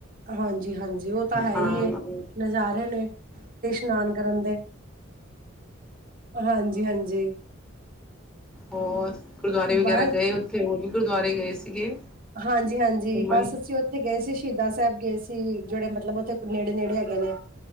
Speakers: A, on the right; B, in the centre.
A: ਹਾਂਜੀ ਹਾਂਜੀ ਉਹ ਤਾਂ ਹੈ
B: ਹਾਂ
A: ਹੀ ਏ
B: ਹਮ
A: ਨਜ਼ਾਰੇ ਨੇ। ਤੇ ਇਸ਼ਨਾਨ ਕਰਨ ਦੇ ਹਾਂਜੀ ਹਾਂਜੀ।
B: ਹੋਰ! ਗੁਰਦੁਆਰੇ ਵਗੈਰਾ
A: ਬਸ
B: ਗਏ ਉੱਥੇ ਹੋਰ ਵੀ ਗੁਰਦੁਆਰੇ ਗਏ ਸੀਗੇ?
A: ਹਾਂਜੀ ਹਾਂਜੀ
B: ਘੁੰਮਣ
A: ਬਸ ਅਸੀਂ ਉੱਥੇ ਗਏ ਸੀ ਸ਼ਹੀਦਾਂ ਸਾਹਿਬ ਗਏ ਸੀ ਜਿਹੜੇ ਮਤਲਬ ਉੱਥੇ ਨੇੜੇ ਨੇੜੇ ਹੈਗੇ ਨੇ।